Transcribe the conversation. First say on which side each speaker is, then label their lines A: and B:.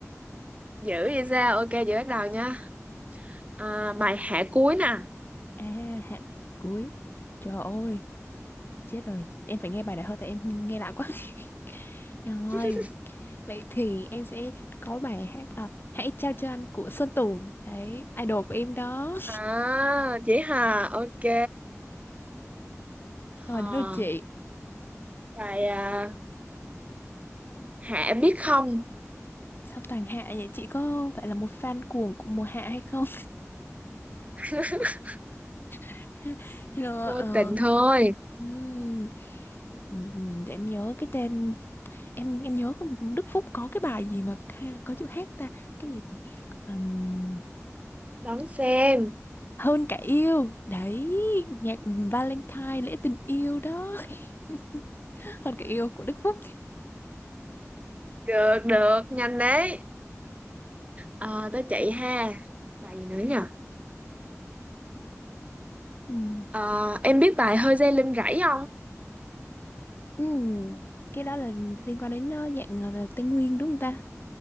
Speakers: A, on the right (about 25°); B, on the left (about 40°).
A: dữ vậy sao ok chị bắt đầu nha à, bài hạ cuối nè
B: <laughs> à hạ cuối trời ơi chết rồi em phải nghe bài này thôi tại em nghe lạ quá <laughs> rồi
A: <laughs>
B: vậy thì em sẽ có bài hát à, hãy trao cho anh của Sơn Tùng đấy idol của em đó
A: à chị hà ok hờ
B: rồi đến lượt chị
A: bài à, Hả biết không?
B: Sao toàn hạ vậy? Chị có phải là một fan cuồng của mùa hạ hay không?
A: <laughs>
B: <laughs> Rồi,
A: Vô
B: ờ,
A: tình thôi.
B: ừm, ừm, để em nhớ cái tên em em nhớ Đức Phúc có cái bài gì mà ha- có chữ hát ta cái gì Ừm,
A: Đón xem.
B: hơn cả yêu đấy nhạc Valentine lễ tình yêu đó <laughs> hơn cả yêu của Đức Phúc
A: Được, được, nhanh đấy. Ờ, tới chị ha. Bài gì nữa nhỉ?
B: Ừm,
A: Ờ, em biết bài Hơi dây lưng rẫy không?
B: ừm, cái đó là liên quan đến ờ, dạng ờ, Tây Nguyên đúng không ta